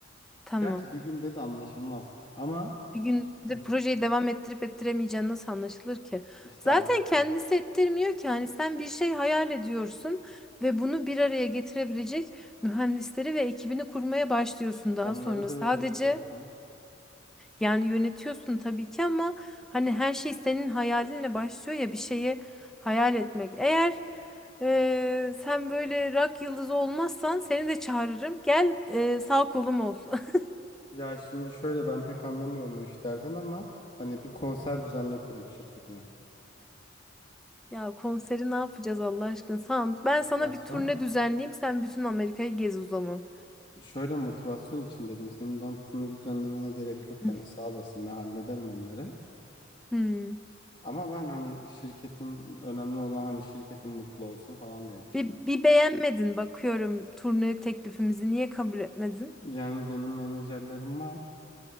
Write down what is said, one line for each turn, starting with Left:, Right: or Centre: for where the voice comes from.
Centre: Tamam.
Left: Gerçi bir günde de anlaşılmaz. Ama
Centre: Bir gündür
Left: işte
Centre: projeyi devam ettirip ettiremeyeceğin nasıl anlaşılır ki?
Left: işte
Centre: Zaten
Left: anlaşılmaz.
Centre: kendisi ettirmiyor ki. Hani sen bir şey hayal ediyorsun ve bunu bir araya getirebilecek mühendisleri ve ekibini kurmaya başlıyorsun daha
Left: Onları
Centre: sonra.
Left: da
Centre: Sadece
Left: yönetiyorsun.
Centre: yani yönetiyorsun tabii ki ama hani her şey senin hayalinle başlıyor ya bir şeyi hayal etmek. Eğer eee, sen böyle rock yıldızı olmazsan seni de çağırırım. Gel eee, sağ kolum ol. <laughs>
Left: Ya şimdi şöyle ben pek anlamıyorum o işlerden ama hani bir konser düzenletirim şirketine.
Centre: Ya konseri ne yapacağız Allah aşkına? Tamam. Ben
Left: Motivasyon.
Centre: sana bir turne düzenleyeyim. Sen bütün Amerika'yı gez o zaman.
Left: Şöyle motivasyon için dedim. Senin bana turnu düzenlemene gerek yok.
Centre: <laughs>
Left: Hani sağ olasın ben hallederim onları.
Centre: Hmm.
Left: Ama ben hani şirketin önemli olan hani şirketin mutlu olsun falan diye düşündüm.
Centre: Bir, bir beğenmedin bakıyorum turne teklifimizi. Niye kabul etmedin?
Left: Yani benim menajerlerim var.